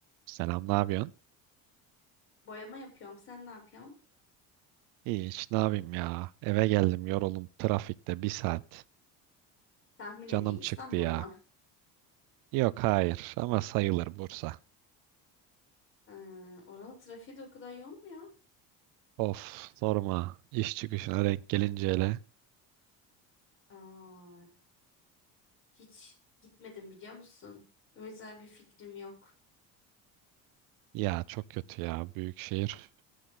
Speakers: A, on the right; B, on the left.
A: Selam, ne yapıyorsun?
B: Boyama yapıyorum. Sen ne yapıyorsun?
A: İyi, hiç ne yapayım ya. Eve geldim yoruldum trafikte bir saat.
B: Tahmin
A: Canım
B: edeyim
A: çıktı
B: İstanbul
A: ya.
B: mu?
A: Yok hayır ama sayılır Bursa.
B: Ee, oranın trafiği de o kadar yoğun mu ya?
A: Of sorma İş çıkışına denk gelince hele.
B: Aa, hiç gitmedim biliyor musun? O yüzden bir fikrim yok.
A: Ya çok kötü ya büyük şehir.